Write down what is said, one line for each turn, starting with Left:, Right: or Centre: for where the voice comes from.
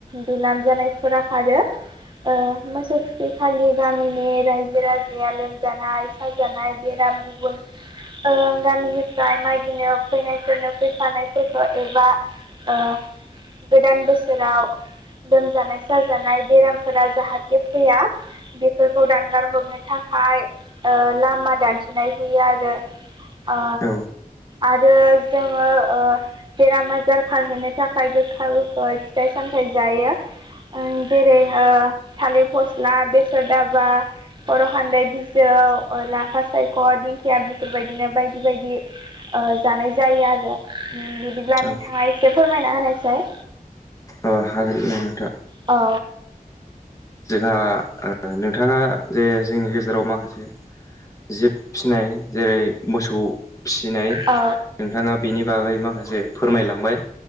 Right: दुलाम जानायफोरा खारो। ओ मोसौ थुखिखालि गामिनि रायजो राजाया लोमजानाय साजानाय बेराम गुबुन ओ गामिनिफ्राय मागिनो फैनायफोरनो फैफानायफोरखौ एबा ओ गोदान बोसोराव लोमजानाय साजानाय बेरामफोरा जाहाथे फैया बेफोरखौ दानगार हरनो थाखाय ओ लामा दान्थिनाय हुयो आरो। ओ
Left: औ
Right: आरो जोङो ओ‌ बेराम आजार खारहोनो थाखाय गोखा गोखै फिथाइ सामथाय जायो। ओ जेरै ओ थालिर फस्ला बेसर दाबा खर' खान्दाय बिजौ ओ लाफा सायख' दिंखिया बेफोरबायदिनो बायदि बायदि ओ जानाय जायो आरो ओम बिदिब्ला
Left: औ
Right: नोंथाङा एसे फोरमायना होनायसाय।
Left: ओ हागोन नोंथां।
Right: औ।
Left: जेला ओ नोंथाङा जे जोंनि गेजेराव माखासे जिब फिसिनाय जेरै मोसौ फिसिनाय।
Right: ओ
Left: नोंथाङा बेनि बागै माखासे फोरमायलांबाय।